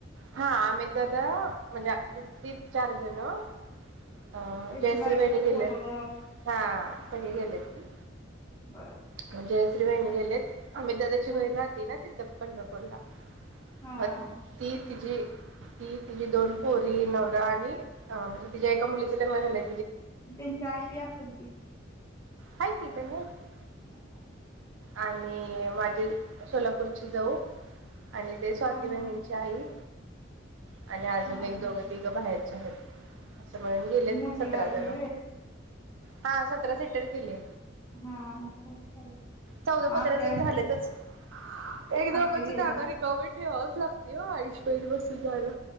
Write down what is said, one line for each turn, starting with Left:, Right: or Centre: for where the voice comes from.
Right: हा अमित दादा म्हणजे त-ती चार जण अ
Left: त्याची
Right: जयश्री
Left: बायको
Right: वहिनी गेलेत
Left: पोरग
Right: हा. सगळी गेलेती.
Left: बर
Right: म्हणजे त्रिवेणी गेलेत. अमित दादा ची
Left: हा
Right: बहिण राहते ना ति चल पंढरपूरला.
Left: हा
Right: भक्तीत तिची ती, तिची दोन पोरी, नवरा आणि अ म्हणजे तिच्या एका मुलीच लग्न व्हाय आलंय.
Left: त्यांची आई बी असल की,
Right: हाय की त्यांनी हाईत की,
Left: हम ह
Right: आणि माझी सोलापूरची जाऊ आणि ते स्वाती
Left: हा
Right: बहिणींची
Left: हा
Right: आई आणि अजून
Left: हा
Right: एक
Left: हा
Right: दोघं तिघं बाहेर चाय देऊ का सगळे <unintelligible> गेलेत
Left: मोठी
Right: सतरा
Left: गाडी
Right: जण
Left: गेली व्हय
Right: हा सतरा सीटर केलीय
Left: हा काय चालू?
Right: चौदा पंधरा
Left: आत्या
Right: जण झालेतच एक दोघाच
Left: आत्या गेले
Right: जागा रिकामीत ठेवावच लागते ओ आईसपैस बसून जायला.